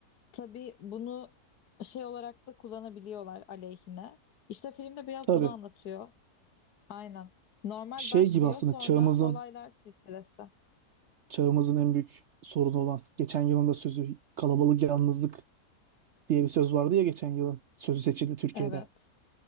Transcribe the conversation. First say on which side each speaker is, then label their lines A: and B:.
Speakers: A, on the left; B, on the right.
A: Tabii bunu şey olarak da kullanabiliyorlar aleyhine. İşte filmde biraz
B: Tabii.
A: bunu anlatıyor. Aynen. Normal
B: Şey
A: başlıyor
B: gibi aslında
A: sonra
B: çağımızın
A: olaylar silsilesi.
B: çağımızın en büyük sorunu olan geçen yılın da sözü kalabalık yalnızlık diye bir söz vardı ya geçen yılın sözü seçildi Türkiye'de.
A: Evet,